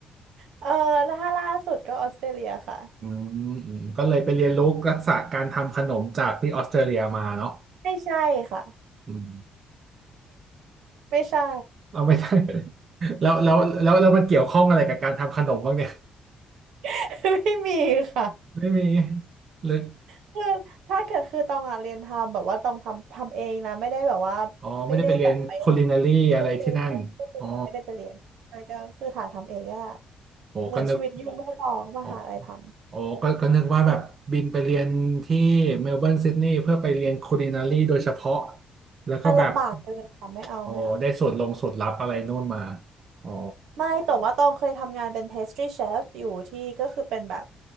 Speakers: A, on the right (about 80°); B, on the right (about 50°).
A: เออแล้วถ้าล่าสุดก็ออสเตรเลียค่ะ
B: อืมอืมก็เลยไปเรียนรู้ทักษะการทำขนมจากที่ออสเตรเลียมาเนาะ
A: ไม่ใช่ค่ะ
B: อืม
A: ไม่ใช่
B: เอาไม่ได้ <laughs> แล้วแล้วแล้วแล้วมันเกี่ยวข้องอะไรกับการทำขนมบ้างเนี่ย
A: <laughs> ไม่มีค่ะ
B: ไม่มีหรือ
A: คือถ้าเกิดคือตองอ่ะเรียนทำแบบว่าตองทำทำเองนะไม่ได้แบบว่า
B: อ๋อไม่ได้ไปเรียนค
A: ไม่ได้แบบไป
B: u l ินารีอะไรที่นั่นอ๋อ
A: ไม่ได้ไปเรียนไม่ได้ไปเรียนไม่ได้ไปเรียนใช่ก็คือถ่าทำเองนี่แหละ
B: โอ้ก็นึก
A: เหมือนชีวิตยุ่งไม่พอก็มาหาอะไรทำ
B: โอ้โอ้ก็ก็นึกว่าแบบบินไปเรียนที่เมลเบิร์นซิดนีย์เพื่อไปเรียนค u l ินารีโดยเฉพาะแล้วก็แบบ
A: อ่ะลำบากเกินค่ะไม่เอาไม่เอา
B: โอ้ได้สูตรลงสูตรลับอะไรนู่นมาอ๋อ
A: ไม่แต่ว่าตองเคยทำงานเป็น pastry chef อยู่ที่ก็คือเป็นแบบ